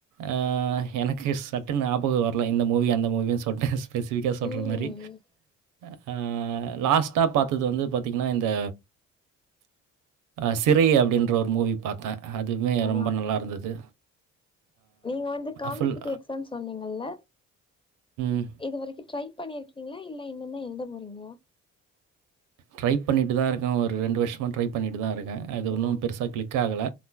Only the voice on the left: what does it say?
ம்
ஆ
நீங்க வந்து காம்படேட்டிவ்
எக்ஸாம் சொன்னீங்கல்ல
இதுவரைக்கு ட்ரை பண்ணிருக்கீங்களா இல்ல இன்னுமே எழுத போறீங்களா
யோ